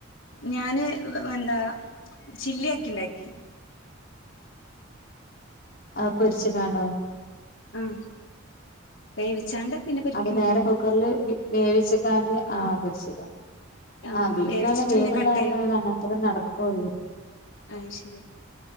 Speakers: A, on the left; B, on the left.
A: ഞാന് വെ എന്താ ചില്ലിയാക്കിണ്ടാക്കി.
B: ആഹ് പൊരിച്ച്കാണ്ടോ.
A: ആഹ് വേവിച്ചാണ്ട്. പിന്നെ പൊരിക്കും
B: അത് നേരെ കുക്കറില് വി വേവിച്ച്ക്കാണ്ട് ആഹ് പൊരിച്ചക്കാ.
A: ആ
B: ആഹ് ബീഫ്
A: വേവിച്ചിട്ട്
B: നല്ല വേവിള്ള
A: പിന്നെ കട്ട്
B: കാരണം അങ്ങനത്തന്നെ നടക്കൊള്ളൂ.
A: ആഹ് ശരിയാ